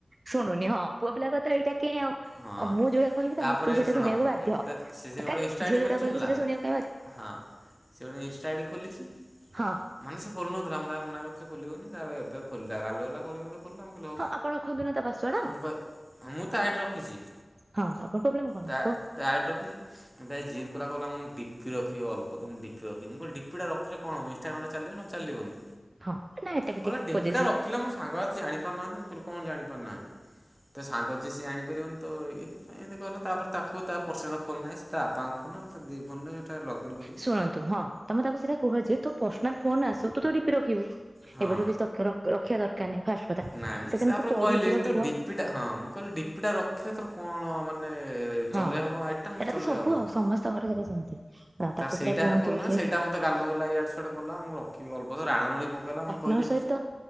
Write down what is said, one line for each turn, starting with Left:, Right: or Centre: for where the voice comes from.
Right: ଶୁଣୁନି ହଁ ପୁଅ ପିଲା କ ତ ଏଇଟା କେ ଆଉ। ଓଉ
Centre: ହଁ
Right: ମୁଁ ଯୋଉଟା କହିବି ତମେ
Centre: ତାପରେ
Right: ତୁ ସେଇଟା
Centre: ଶୁଣ
Right: ଶୁଣକୁ ବାଧ୍ୟ
Centre: ମୋତେ ସେ ସେ ଗୋଟେ
Right: କାଇଁ
Centre: ଇନଷ୍ଟା ଆଇଡ଼ି
Right: ଝିଅ ଯୋଉଟାହିବୁ
Centre: ଖୋଲିଛି ହେଲା
Right: ସେଇଟା ଶୁଣିବା
Centre: ହଁ ସେ ଗୋଟେ ଇଷ୍ଟା ଆଇଡି ଖୋଲିଛି
Right: ହଁ
Centre: ମାନେ ସେ ଖୋଲୁନଥିଲା ମୁଁ ତାକୁ ମନାକରିଥିଲେ ଖୋଲିବୁନି ତାପରେ ଏବେ ଖୋଲିଲା ଗାଲୁ ଗୁଲାକରିକି ମୋତେ ଖୋଲିଲା ମୁଁ ଲ
Right: ହଁ ଆପଣ ରଖନ୍ତୁ ନା ତା ପାସୱାର୍ଡ
Centre: ମୁ ମୁଁ ତ ଆଇଡ ର ଜ
Right: ହଁ ଆପଣ ପ୍ରୋବ୍ଲେମ କଣ
Centre: ତା
Right: କୁହ
Centre: ତା ରଖିଛି ଜିଦ କଲା କ ଗଲା ମୁଁ ଡିପି ରଖିବ ଅଳ୍ପ ତ ମୁ ଡିପି ରଖିବିଁ କ ଡିପି ଟା ରଖିଲି। କଣ ହବ ଇଷ୍ଟାଗ୍ରାମ ରେ ଚାଲିବ ଚାଲିବନି
Right: ହଁ ନା ଏଟା ବି
Centre: କହିଲେ
Right: ଠିକ
Centre: ଡେପି
Right: ପଜେସିଭ
Centre: ଟା ରଖିଲା ମୋ ସାଙ୍ଗ ଜାଣିପାରୁନାହାନ୍ତି ମୁଁ କହିଲି କଣ ଜାଣି ପାରୁନାହାନ୍ତି ତ ସାଙ୍ଗ ଯିଏିଏଣି। ାରି ତ ଏମତି କହିଲ ତାପରେ ତାକୁ ତା ପର୍ସନାଲ ଫୋନ ନାହିଁ ସେ ତାପାଙ୍କ ଫୋନ ତା ଦି ଫୋନ ା ଲଗ ଇନ୍ କରିବି।
Right: ଶୁଣନ୍ତୁ ହଁ ତମେ ତାକୁ ସେଇଟା କୁହଯେ ତୋପର୍ସନାଲ ଫୋନ୍ ଆସୁ ତୁତୋ ଡିପି ରଖିବୁ
Centre: ହଁ
Right: ଏବେଠୁ କିଛି ଦରକାର ରଖିବା ଦରକାର୍ ନାହିଁ ଫାଷ୍ଟ୍ କଥା
Centre: ନାଇଁ ମୁଁ
Right: ସେକେଣ୍ଡେ
Centre: ତାପରେ
Right: ତୁ ପଢୁଚୁ
Centre: କହିଲି
Right: ତାକୁ
Centre: ତ
Right: କୁହ
Centre: ଡିପିଟା ହଁ ମୁଁ କହିଲି ଡିପିଟା ରଖିଲେ ତୋର କଣ ମାନେ
Right: ହଁ
Centre: ଚଲେଇହବ ଆଇଡିଟା ନହେଲେ
Right: ଏଇଟା
Centre: ଚଲେଇହବନି
Right: ତ ସବୁ ଆଉ ସମସ୍ତଙ୍କର ଘରେ ସେରା ସେମିତି ତାକୁ
Centre: ତାର ସେଇଟା
Right: ସେଟା କୁହନ୍ତୁ
Centre: ହେଲା ପ୍ରୋବ୍ଲେମ୍
Right: ଯେ
Centre: ସେଇଟା ଗାଲୁଗୁଲା ଇଆଡ଼ୁ ସିଆଡୁ କଲା ମୁରଖିବି ଅଲବତ ରାଣରୁଣୀ ପକେଇଲା ମୁଁ କହିଲି
Right: ନର୍ସ ସହିତ